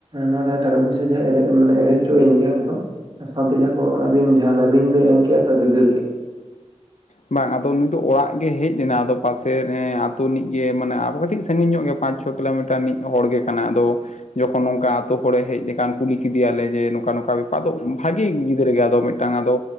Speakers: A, on the right; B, on the left.
A: ᱱᱚᱣᱟ ᱡᱟᱦᱟᱸ ᱴᱟᱠᱟ ᱯᱚᱭᱥᱟ ᱡᱟᱦᱟᱸ ᱮᱲᱮ ᱢᱟᱱᱮ ᱮᱲᱮ ᱦᱚᱪᱚᱭᱮᱱ ᱜᱮ ᱟᱵᱚ ᱫᱚ, ᱥᱟᱶᱛᱮ ᱡᱟᱦᱟᱸ ᱠᱚ ᱨᱤᱱ, ᱡᱟᱦᱟᱸ ᱚᱱᱮ ᱨᱤᱱ ᱫᱚᱭ ᱮᱢ ᱠᱮᱫᱮᱜᱼᱟ ᱥᱮ ᱟᱫᱚᱭ ᱫᱟᱹᱲ ᱠᱮᱼᱟ?
B: ᱵᱟᱝ ᱟᱫᱚ ᱱᱩᱭ ᱫᱚ ᱚᱲᱟᱜ ᱜᱮ ᱦᱮᱡ ᱞᱮᱱᱟ, ᱟᱫᱚ ᱯᱟᱥᱮ ᱮ ᱟᱹᱛᱩ ᱨᱤᱱᱤᱡ ᱜᱮ ᱢᱟᱱᱮ ᱟᱵ ᱠᱟᱹᱴᱤᱡ ᱥᱟᱺᱜᱤᱧ ᱧᱚᱜ ᱜᱮ ᱯᱟᱸᱪ ᱪᱷᱚ ᱠᱤᱞᱳᱢᱤᱴᱟᱨ ᱨᱤᱱᱤᱡ ᱦᱚᱲ ᱜᱮ ᱠᱟᱱᱟᱭ ᱟᱫᱚ, ᱡᱚᱠᱷᱚᱱ ᱱᱚᱝᱠᱟ ᱟᱹᱛᱳ ᱠᱚᱲᱮ ᱦᱮᱡ ᱞᱮᱠᱟᱱ, ᱠᱩᱞᱤ ᱠᱤᱫᱤᱭᱟᱞᱮ ᱡᱮ ᱱᱚᱝᱠᱟ ᱱᱚᱝᱠᱟ ᱵᱮᱯᱟᱨ, ᱟᱫᱚ ᱵᱷᱟᱜᱤ ᱜᱤᱫᱽᱨᱟᱹ ᱜᱮ ᱟᱫᱚ ᱢᱮᱫ ᱴᱟᱝ ᱟᱫᱚ